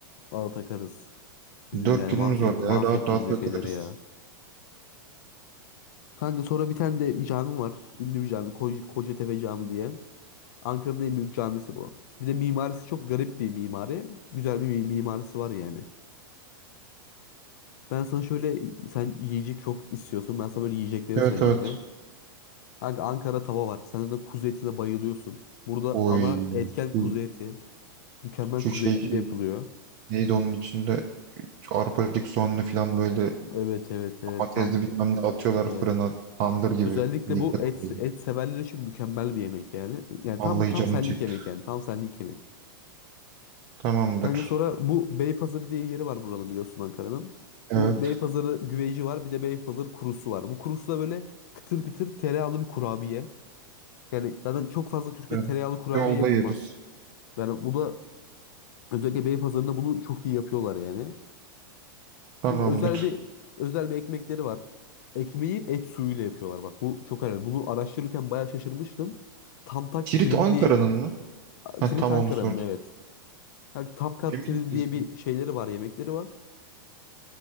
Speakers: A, on the left (about 50°); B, on the right (about 30°).
A: bağ takarız. Bizim
B: Dört
A: yani
B: günümüz
A: mahvetti
B: var ya.
A: mahvetti
B: Rahat rahat
A: bizi
B: takılırız.
A: Fener'i ya. Kanka sonra bir tane de cami var. Ünlü bir cami. Koca, Kocatepe Camii diye. Ankara'nın en büyük camisi bu. Bir de mimarisi çok garip bir mimari. Güzel bir mi- mimarisi var yani. Ben sana şöyle sen yiyecek çok istiyorsun. Ben sana böyle yiyecekleri
B: Evet
A: sayayım
B: evet.
A: be. Kanka Ankara tava var. Sen de kuzu etine bayılıyorsun. Burada
B: Oy.
A: ana etken
B: Şu,
A: kuzu eti. Mükemmel
B: şu
A: kuzu
B: şey
A: etiyle
B: şey.
A: yapılıyor.
B: Neydi onun içinde? Şu arpacık soğanlı falan böyle
A: Evet evet evet
B: domatesli
A: tam
B: bilmem ne atıyorlar
A: evet.
B: fırına. Tandır gibi.
A: Özellikle
B: Bildim.
A: bu et
B: Bildim.
A: et severler için mükemmel bir yemek yani. Yani
B: Vallahi
A: tam tam
B: canım
A: senlik
B: çekti.
A: yemek yani. Tam senlik yemek.
B: Tamamdır.
A: Kanka sonra bu Beypazarı diye bir yeri var buranın biliyorsun Ankara'nın.
B: Evet.
A: Bu Beypazarı güveci var. Bir de Beypazarı kurusu var. Bu kurusu da böyle kıtır kıtır tereyağlı bir kurabiye. Yani zaten çok fazla Türkiye
B: Ben-
A: tereyağlı kurabiye
B: Yolda
A: yapılmaz.
B: yeriz.
A: Yani bu da Özellikle Beypazarı'nda bunu çok iyi yapıyorlar yani.
B: Tamamdır.
A: Sanki özel bir özel bir ekmekleri var. Ekmeği et suyuyla yapıyorlar. Bak bu çok önemli. Bunu araştırırken bayağı şaşırmıştım. Tamtak
B: Tirit
A: tirdi
B: Ankara'nın
A: diye
B: mı? Ha,
A: Tirit
B: tam
A: Ankara'nın
B: onu sor.
A: evet. Yani Tamkat
B: Emin
A: tirdi
B: miyiz?
A: diye bir şeyleri var, yemekleri var.